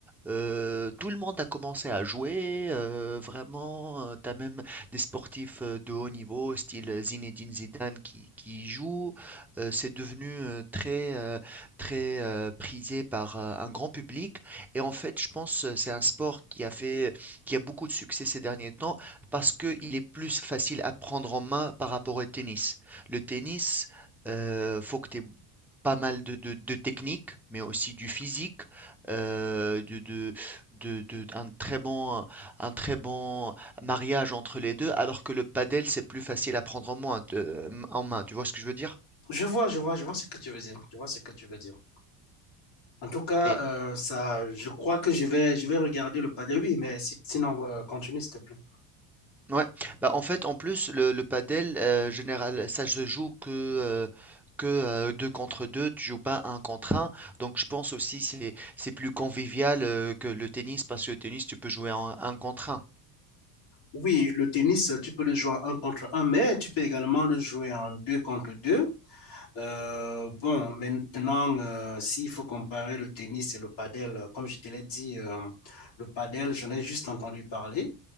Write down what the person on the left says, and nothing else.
Je vois, je vois, je vois ce que tu veux dire. Je vois ce que tu veux dire. En tout cas,
euh, ça, je crois que je vais, je vais regarder le padel. Oui, mais si- sinon, euh, continue, s'il te plaît.
Oui, le tennis, tu peux le jouer en un contre un, mais tu peux également le jouer en deux contre deux. Euh, bon, maintenant, euh, s'il faut comparer le tennis et le padel, euh, comme je te l'ai dit, euh, le padel, j'en ai juste entendu parler.